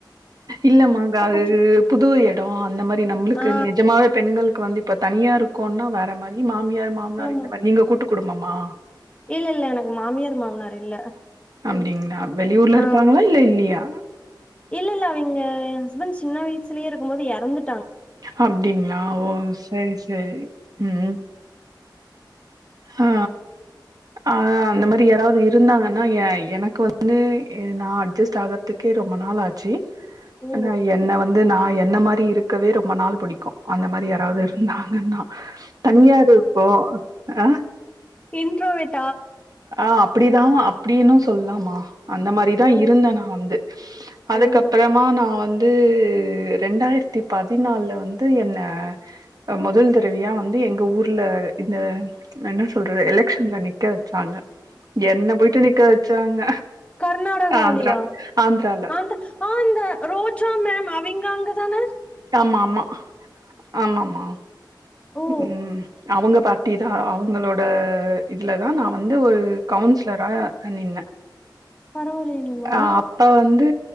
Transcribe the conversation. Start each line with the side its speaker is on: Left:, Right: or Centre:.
Right: இல்லமாங்க அது
Left: கொஞ்சம்
Right: புது எடோ அந்த மாரி நம்மளுக்கு
Left: ஆ
Right: நிஜமாவே பெண்களுக்கு வந்து இப்ப தனியா இருக்கோனா வேற மாரி மாமியார் மாமனார்
Left: ஆமா.
Right: இந்த மாரி நீங்க கூட்டுக் குடும்பமா
Left: இல்ல இல்ல எனக்கு மாமியார் மாமனார் இல்ல
Right: அப்டிங்கள வெளியூர்ல
Left: ஆ
Right: இருக்காங்களா இல்ல இல்லையா
Left: இல்ல இல்ல அவங்க எ ஹஸ்பண்ட் சின்ன வயசுலேயே இருக்கும் போது எறந்து
Right: அப்டிங்களா ஓ சரி சரி உம் ஆ ஆ அந்த மாரி யாராவது இருந்தாங்கன்னா எ எனக்கு வந்து நா அட்ஜஸ்ட் ஆகறதுக்கே ரொ ம்ப நாள் ஆச்சு
Left: ஓ!
Right: ஆ என்ன வந்து நா என்ன மாரி இருக்கவே ரொம்ப நாள் புடிக்கு அந்த மாரி யாராவது
Left: ஓ!
Right: இருந்தாங்கன்னா தனியா இருக்கு அ
Left: இன்ரோவேட்
Right: ஆ அப்டிதா அப்டினு சொல்லலாமா அந்த மாரிதா
Left: ஓ!
Right: இருந்தே நா வந்து அதுக்கப்றமா
Left: ஓ!
Right: நா வந்து ரெண்டாய்ரத்தி பதினால்ல வந்து என்ன அ மொதல் தரவியா வந்து எங்க ஊர்ல அ இந்த என்ன சொல்றது எலெக்ஷன்ல நிக்க வச்சாங்க என்ன போய்ட்டு நிக்க வச்சாங்க
Left: கர்நாடகாலியா
Right: ஆந்திரா ஆந்திரால
Left: அந்த ஆ இந்த ரோஜா மேம் அ விங்க அங்க தான
Right: ஆமா ஆமா ஆமாமா
Left: ஓ
Right: ம் அவுங்க பார்ட்டி தா அவுங்களோட இதில தா நா வந்து ஒரு கவுன்ஸ்லரா நின்னே
Left: பரவாயில்லையேங்கமா
Right: அ அப்ப வந்து